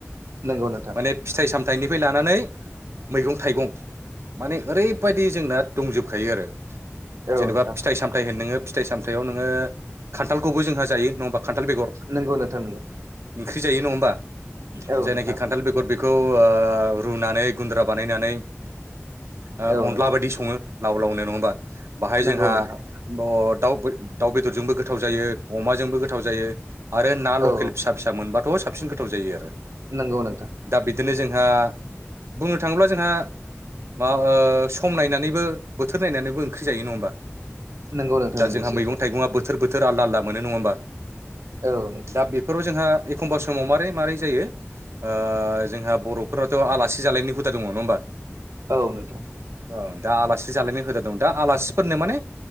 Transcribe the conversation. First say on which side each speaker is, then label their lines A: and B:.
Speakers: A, on the right; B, on the right.
A: नंगौ नोंथां
B: माने फिथाइ सामथाइनिफ्राय लानानै मैगं थाइगं माने ओरैबायदि जोंना दंजोब खायो आरो
A: औ
B: जेनेबा
A: नोंथां
B: फिथाइ साम थाय होन नोङो फिथाइ सामथायाव नोङो खान्थालखौबो जोंहा जायो नङा होमबा खान्थाल बेगर।
A: नंगौ नोंथां नंगौ
B: ओंख्रि जायो नङा होमबा
A: औ
B: जायनाखि
A: नोंथां
B: खान्थाल बेगर बे बेखौ ओ रुनानै गुन्द्रा बानायनानै ओ
A: औ
B: अनला
A: नोंथां
B: बायदि सङो लाव लावनो नङा होनबा बाहाय
A: नंगौ
B: जोंहा
A: नोंथां
B: दाउ दाउ बेदरजोंबो गोथाव जायो अमाजोंबो गोथाव जायो। आरो ना लकेल
A: औ
B: फिसा फिसा मोनबाथ' साबसिन गोथाव जायो आरो
A: नंगौ नोंथां।
B: दा बिदिनो जोंहा बुंनो थाङोब्ला जोंहा मा ओ सम नायनानैबो बोथोर नायनानैबो ओंख्रि जायो नङा होमबा।
A: नंगौ नोंथां
B: दा
A: नंगौ
B: जोंहा
A: सैथो
B: मैगं थाइगङा बोथोर बोथोर आलदा आलदा मोनो नङा होमबा
A: औ नोंथां
B: दा बे बे फोराव जोंहा एखमबा समाव मारोरै मारै जायो ओ जोंहा बर'फोराथ' आलासि जालायनो हुदा दङ नङ होमबा
A: औ नोंथां।
B: औ दा आलासि जालायनाय हुदा दंमोन दा आलासिफोरनो माने